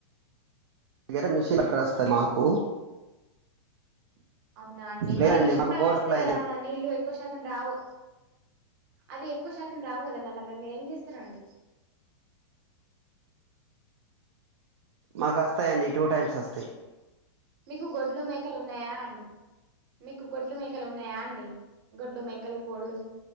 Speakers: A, on the right; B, on the right.
A: ఈగటే మిషన్ క్రాస్ కదా మాకు
B: అవునా అండి
A: లేదండి
B: మరి మిషన్
A: మాకు
B: భగీరథ
A: బోర్
B: దగ్గరా
A: సప్లై లేదు
B: నీళ్ళు ఎక్కువ శాతం రావు అవి ఎక్కువ శాతం రావు కదా నల్ల మరి మేం చేస్తారన్డి
A: మాకొస్తాయండి టూ టైమ్స్ వస్తాయ్
B: మీకు గొడ్లు మేకలు ఉండయా అండి మీకు గొడ్లు మేక్ మేకలు ఉన్నాయా అండి గొడ్లు మేకలు కోళ్ళు